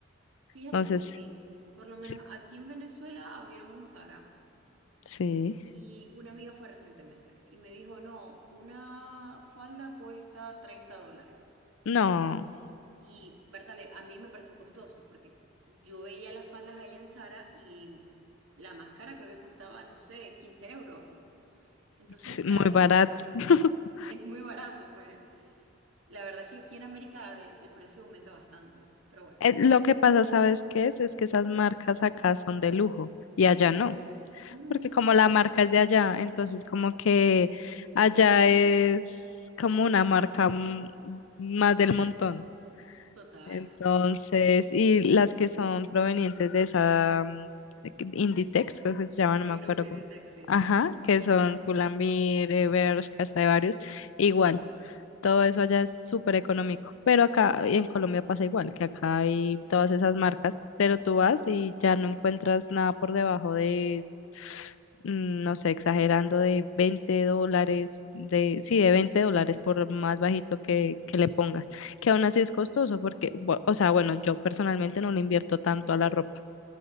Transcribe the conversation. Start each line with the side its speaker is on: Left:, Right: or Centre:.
Right: Fíjate
Left: Entonces,
Right: que sí, por lo menos
Left: sí.
Right: aquí en Venezuela abrieron un Sara
Left: Sí.
Right: y una amiga fue recientemente y me dijo, no, una falda cuesta 30 dólares.
Left: No,
Right: Y Bertale, a mí me pareció costoso porque yo veía las faldas allá en Sara y la máscara creo que costaba, no sé, 15 euros. Entonces,
Left: sí,
Right: claro,
Left: muy barata. <laughs>
Right: es muy barato, pues. La verdad es que aquí en América el, el precio aumenta bastante, pero bueno.
Left: Eh, Lo que pasa, ¿sabes qué es? Es que esas marcas acá son de lujo y allá no.
Right: No,
Left: porque como
Right: ay,
Left: la marca es de allá, entonces como que allá es como una marca mm, más del montón.
Right: total,
Left: Entonces,
Right: total.
Left: y las que son provenientes de esa mm, Inditex, creo que se llama, no
Right: El
Left: me acuerdo
Right: grupo de
Left: cómo.
Right: taxi.
Left: Ajá, que son Pull&Bear, eh, Bershka, hasta de varios, igual. Todo eso allá es súper económico, pero acá en Colombia pasa igual, que acá hay todas esas marcas, pero tú vas y ya no encuentras nada por debajo de mm, no sé, exagerando de 20 dólares, de, sí, de 20 dólares por más bajito que, que le pongas, que aún así es costoso porque, bu- o sea, bueno, yo personalmente no le invierto tanto a la ropa.